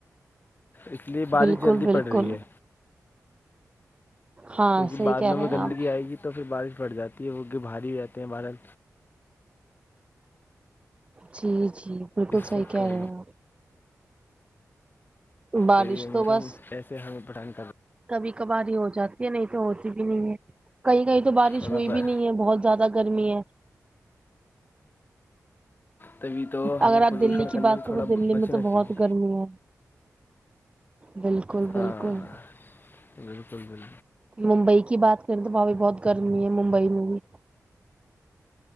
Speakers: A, on the left (about 35°); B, on the right (about 20°).
A: اس لیے بارش
B: بالکل
A: جلدی
B: بالکل
A: پڑ رہی ہے
B: ہاں
A: کیونکہ
B: صحیح
A: بادلوں
B: کہہ
A: میں
B: رہے
A: گندگی
B: ہیں آپ
A: آئے گی تو پھر بارش پڑ جاتی ہے وہ کہ بھاری بھی رہتے ہیں بادل
B: جی جی بالکل
A: اس
B: صحیح
A: چکر
B: کہہ رہے
A: میں
B: ہیں آپ بارش
A: تو یہ موسم
B: بس
A: کیسے ہمیں پٹھان کر د
B: کبھی کبھاری ہو جاتی ہے نہیں تو ہوتی بھی نہیں ہے کہیں کہیں تو بارش
A: تھوڑا
B: ہوئی
A: ب-
B: بھی نہیں ہے بہت زیادہ گرمی ہے
A: تبھی تو ہمیں
B: اگر
A: پولوشن
B: آپ دللی
A: کرنے
B: کی بات
A: سے تھوڑا
B: کرو
A: ب-
B: دلی
A: بچنا
B: میں تو
A: چاہیے
B: بہت گرمی ہے بالکل
A: ہاں
B: بالکل
A: بالکل بالکل
B: ممبئی کی بات کریں تو وہاں بھی بہت گرمی ہے ممبئی میں بھی